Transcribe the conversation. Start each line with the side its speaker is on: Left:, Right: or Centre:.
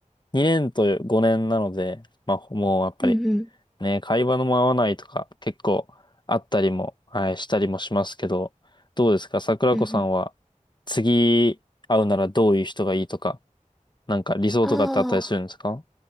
Left: 2年と5年なので、まあもうやっぱり、
Centre: うんうん
Left: ね、会話のも合わないとか結構あったりも、はい、したりもしますけど、どうですか桜子さんは
Centre: うんうん
Left: 次会うならどういう人がいいとか、なんか理想とかってあったりするんですか
Centre: ああ、